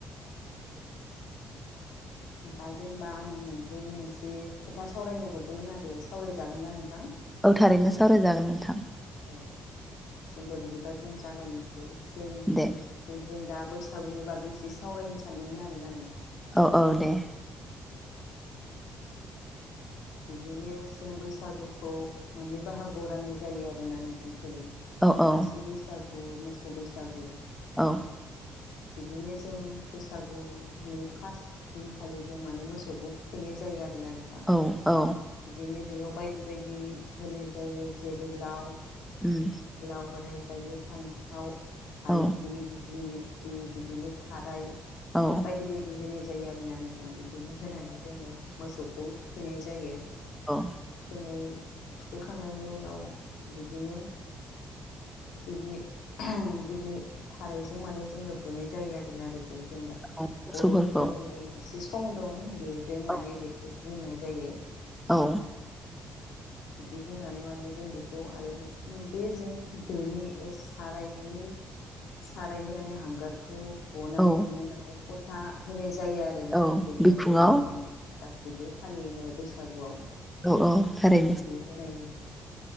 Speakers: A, on the left; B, in the centre.
A: दा जेनेबा आं नोंजों मोनसे खोथा सावरायनो हरदोंमोन आरो सावरायजागोन ना नोंथां?
B: औ थारैनो सावरायजागोन नोंथां
A: औ जोंबो बिदिबा जों जागायनि जें
B: दे
A: जे जों दा बैसा सागुनि बागै एसे सावरायनो सानदोंमोन आरोना नोंथां
B: औ औ दे
A: <inaudible> बिदिनो जों बैसागुखौ मोननै बाहागोआव राननाय जायो आरोना नोंथां जेरै
B: औ औ
A: मानसि बैसाग गु मोसौ बैसागु
B: औ
A: बिदिनो जों बैसागुनि फार दिनखालि जों माने मोसौखौ थुखैनाय जायो आरो ना नोंथां
B: औ औ
A: बिदिनो बेयाव बायदि बायदि होनाय जायो जेरै लाव
B: उम
A: लाव होनाय जा फायो फान्थाव हालदि
B: औ
A: दिग्लिलि थि, बिदिनो थाराय
B: औ
A: बायदि बायदि होनो जायो आरोना नोंथां बिदिनो होनानै जोङो मोसौखौ थुैनायज जायो
B: औ
A: थुखैनाय थुखैखांनायनि उनाव बिदिनो दिग्लि दिग्लि थारायजों माने जोङो बुनाय जायो आरोना बेखौ औ जों दा
B: औ मोसौफोरखौ
A: बर'फोरनि मोनसे सु सं दं बेजों माने
B: औ
A: बेखौ बुंनाय जायो।
B: औ
A: बिदि बुंनानै माने जों बेखौ आरो बे जों दोनि सारायनि सारायनि माने हांगारखौ खौ हनानै
B: औ
A: बिनो माने फथा होनायज जायो आरोना
B: औ
A: जेनेबा
B: बिखुङाव
A: बर'नि नेम गासिबो फालियो नालाय बैसागुआव
B: औ औ थारै
A: बिदि होनाय